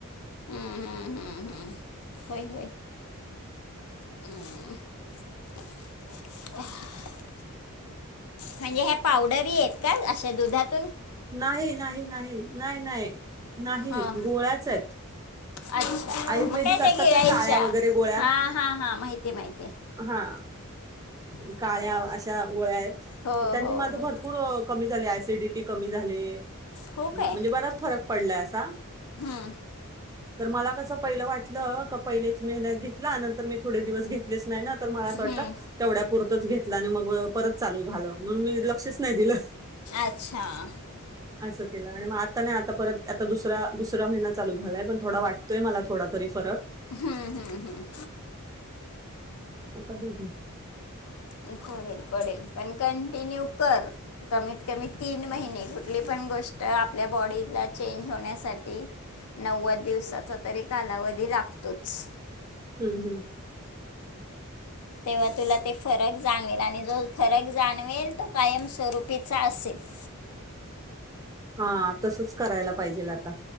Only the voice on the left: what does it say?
हम्म हम्म हम्म हम्म होय होय. <inaudible> <inaudible> म्हणजे हे पावडर ही येत का अशा दुधात
हां
अच्छा
मग काय त्या
गिळायच्या
हा हा हा माहिती माहिती
अ,
हो
हो
हो
हो
काय
हम्म
हम्म
अच्छा
हम्म हम्म हम्म.
<unintelligible> पडेल पण कंटिन्यू कर. कमीत कमी तीन महिने कुठली पण गोष्ट आपल्या बॉडीला चेंज होण्यासाठी नव्वद दिवसाचा तरी कालावधी लागतोच.
तेव्हा तुला ते फरक जाणवेल आणि जो फरक जाणवेल तो कायमस्वरूपीचा असेल <inaudible>